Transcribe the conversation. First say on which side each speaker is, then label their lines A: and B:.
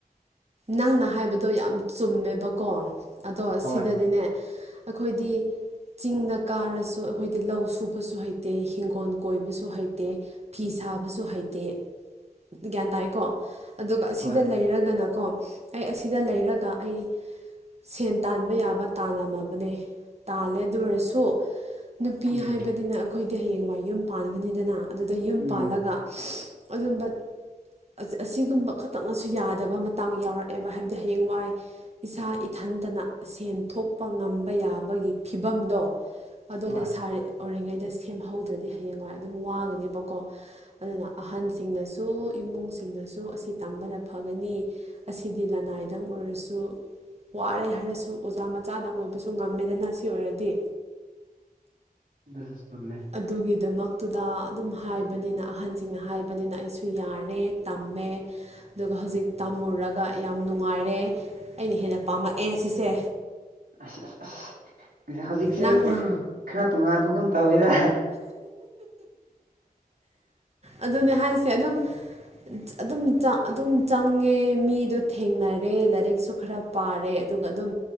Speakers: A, on the right; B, on the right.
A: ꯅꯪꯅ ꯍꯥꯏꯕꯗꯣ ꯌꯥꯝ ꯆꯨꯝꯃꯦꯕꯀꯣ ꯑꯗꯣ
B: ꯍꯣꯏ
A: ꯁꯤꯗꯗꯤꯅꯦ ꯑꯈꯣꯏꯗꯤ ꯆꯤꯡꯗ ꯀꯥꯔꯥꯁꯨ ꯑꯩꯈꯣꯏꯗꯤ ꯂꯧ ꯁꯨꯕꯁꯨ ꯍꯩꯇꯦ ꯍꯤꯡꯒꯣꯜ ꯀꯣꯏꯕꯁꯨ ꯍꯩꯇꯦ ꯐꯤ ꯁꯥꯕꯖꯨ ꯍꯩꯇꯦ ꯒ꯭ꯌꯥꯟ ꯇꯥꯏꯀꯣ ꯑꯗꯨꯒ ꯑꯁꯤꯗ
B: ꯍꯣꯏ
A: ꯂꯩꯔꯒꯅꯀꯣ ꯑꯩ ꯑꯁꯤꯗ ꯂꯩꯔꯒ ꯑꯩ ꯁꯦꯟ ꯇꯥꯟꯕ ꯌꯥꯕ ꯇꯥꯜꯂꯝꯃꯕꯅꯦ ꯇꯥꯜꯂꯦ ꯑꯗꯨ ꯑꯣꯏꯔꯁꯨ ꯅꯨꯄꯤ
B: ꯎꯝ
A: ꯍꯥꯏꯕꯗꯤꯅ ꯑꯩꯈꯣꯏꯗꯤ ꯍꯌꯦꯡꯋꯥꯏ ꯌꯨꯝ ꯄꯥꯟꯒꯥꯅꯤꯗꯅ ꯑꯗꯨꯗ ꯌꯨꯝ
B: ꯎꯝ
A: ꯄꯥꯜꯂꯒꯥ ꯑꯗꯨꯝꯕꯠ ꯑꯁ ꯑꯁꯤꯒꯨꯝꯕ ꯈꯥꯇꯪꯅꯁꯨ ꯌꯥꯗꯕ ꯃꯇꯥꯡ ꯌꯥꯎꯔꯛꯑꯦꯕ ꯍꯥꯏꯕꯗꯤ ꯍꯌꯦꯡꯋꯥꯏ ꯏꯁꯥ ꯏꯊꯟꯇꯥꯅ ꯁꯦꯟ ꯊꯣꯛꯄ ꯉꯝꯕ ꯌꯥꯕꯒꯤ ꯐꯤꯕꯝꯗꯣ ꯑꯗꯣ
B: ꯍꯣꯏ
A: ꯂꯩꯁꯥꯔꯤ ꯑꯣꯏꯔꯤꯉꯩꯗ ꯁꯦꯝꯍꯧꯗ꯭ꯔꯥꯗꯤ ꯍꯌꯦꯡꯋꯥꯏ ꯑꯗꯨꯝ ꯋꯥꯒꯥꯅꯦꯕꯀꯣ ꯑꯗꯨꯅ ꯑꯍꯟꯁꯤꯡꯅꯁꯨ ꯏꯃꯨꯡ ꯁꯤꯡꯅꯁꯨ ꯑꯁꯤ ꯇꯝꯕꯅ ꯐꯒꯥꯅꯤ ꯑꯁꯤꯗꯤ ꯂꯅꯥꯏꯗꯪ ꯑꯣꯏꯔꯁꯨ ꯋꯥꯔꯦ ꯍꯥꯏꯔꯁꯨ ꯑꯣꯖꯥ ꯃꯆꯥꯗꯪ ꯑꯣꯏꯕꯁꯨ ꯉꯝꯃꯦꯗꯅ ꯁꯤ ꯑꯣꯏꯔꯗꯤ
B: ꯗꯨꯁꯨ ꯆꯨꯝꯃꯦ
A: ꯑꯗꯨꯒꯤꯗꯥꯃꯛꯇꯨꯗ ꯑꯗꯨꯝ ꯍꯥꯏꯕꯅꯤꯅ ꯑꯍꯟꯁꯤꯡꯅ ꯍꯥꯏꯕꯅꯤꯅ ꯑꯩꯁꯨ ꯌꯥꯔꯦ ꯇꯝꯃꯦ ꯑꯗꯨꯒꯥ ꯍꯧꯖꯤꯛ ꯇꯝꯃꯨꯔꯒꯥ ꯌꯥꯝ ꯅꯨꯡꯉꯥꯏꯔꯦ ꯑꯩꯅ ꯍꯦꯟꯅ ꯄꯥꯝꯃꯛꯑꯦ ꯁꯤꯁꯦ
B: ꯑꯁ ꯑꯁ ꯑꯁ ꯍꯧꯖꯤꯛꯁꯦ
A: ꯅꯪ
B: ꯎꯝ ꯈꯔ ꯇꯣꯉꯥꯟꯕꯒꯨꯝ ꯇꯧꯋꯤꯔꯥ
A: ꯑꯗꯨꯅꯦ ꯍꯥꯏꯁꯦ ꯑꯗꯨꯝ ꯑꯗꯨꯝ ꯆꯪ ꯑꯗꯨꯝ ꯆꯪꯉꯦ ꯃꯤꯗꯣ ꯊꯦꯡꯅꯔꯦ ꯂꯥꯏꯔꯤꯛꯁꯨ ꯈꯔ ꯄꯥꯔꯦ ꯑꯗꯨꯒꯥ ꯑꯗꯨꯝ